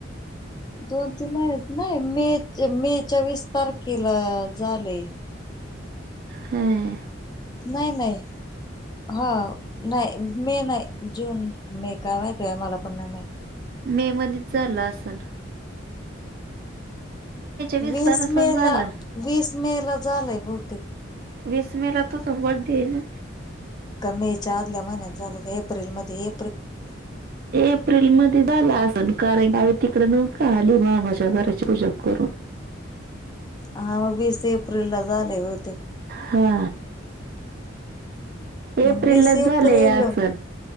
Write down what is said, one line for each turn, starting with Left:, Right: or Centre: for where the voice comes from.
Left: दोन तीन महिने नाही मे मेच्या वीस तारखेला झालेय
Right: हम
Left: नाही नाही हा नाही मी नाही जून मे काय माहती आहे मला पण नाही माहिती.
Right: मे मध्येच झालं असल. वीसला
Left: वीस
Right: नसन
Left: मे
Right: झालं.
Left: ला वीस मे ला झालंय बहुतेक.
Right: वीस मे ला तुझा बडे आहे ना.
Left: का मे च्या आदल्या महिन्यात झालं तर एप्रिलमध्ये
Right: एप्रिल मध्ये झालं असल कारण का तिकड न का आली मामाच्या घराची पूजा करून.
Left: हा मग वीस एप्रिल ला झाले होते.
Right: हा.
Left: ह
Right: एप्रिललाच
Left: म वीस एप्रिल.
Right: झालंय असन